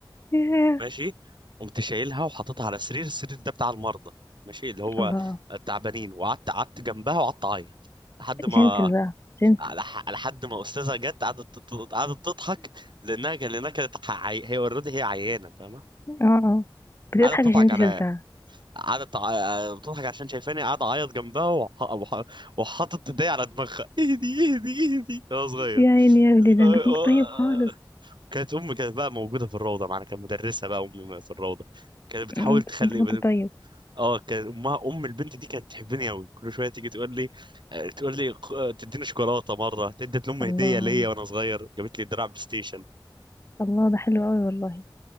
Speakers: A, on the left; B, on the right.
A: ياه.
B: ماشي قمت شايلها وحاططها على سرير السرير ده بتاع المرضى ماشي اللي هو
A: الله
B: التعبانين وقعدت قعدت جنبها وقعدت اعيط لحد ما
A: جنتل بقى جنتل
B: على ح- لحد ما استاذه جت قعدت تت- قعدت تضحك لانها كان- لانها كانت عي... هي اوريدي هي عيانه فاهمه
A: اه اه بتضحك
B: قعدت تضحك
A: عشان انت
B: على
A: شلتها
B: قعدت ع- بتضحك عشان شايفاني قاعد اعيط جنبها وح... وح... وحاطط ايديا على دماغها اهدي اهدي اهدي انا صغير
A: يا
B: <laughs>
A: عيني يا ابني ده انت كنت طيب خالص
B: كانت امي كانت بقى موجوده في الروضه معانا كانت مدرسه بقى امي في الروضه كانت بتحاول
A: انت
B: تخلي
A: كنت كنت طيب
B: اه كان امها ام البنت دي كانت تحبني قوي كل شويه تيجي تقول لي آه، تقول لي خ- آه، تديني شوكولاته مره ادت لامي
A: الله
B: هديه ليا وانا صغير جابت لي دراع بلاي ستيشن
A: الله ده حلو قوي والله